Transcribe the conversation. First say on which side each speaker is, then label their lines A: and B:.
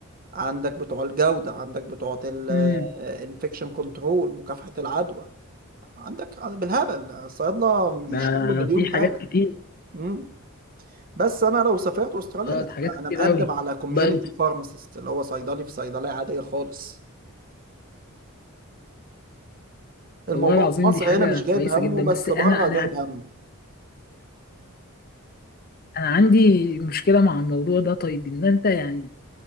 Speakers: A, on the right (about 40°); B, on the left (about 45°).
A: عندك بتوع الجوده عندك بتوع الانفكشن
B: امم
A: كنترول مكافحه العدوى عندك بالهبل الصيادله بيشتغلوا
B: ده
A: مليون
B: في
A: حاجه
B: حاجات كتير
A: مم. بس انا لو سافرت استراليا
B: اه
A: لا
B: ده حاجات
A: لا،
B: كتير
A: انا مقدم
B: قوي
A: على كوميونتي
B: بقى
A: فارماسيست اللي هو صيدلي في صيدليه عاديه خالص الموضوع
B: والله العظيم
A: في مصر
B: دي حاجة
A: هنا مش
B: كويسة
A: جايب همه
B: جدا
A: بس
B: بس انا
A: بره
B: انا
A: جايب
B: يعني،
A: همه
B: انا عندي مشكلة مع الموضوع ده طيب ان انت يعني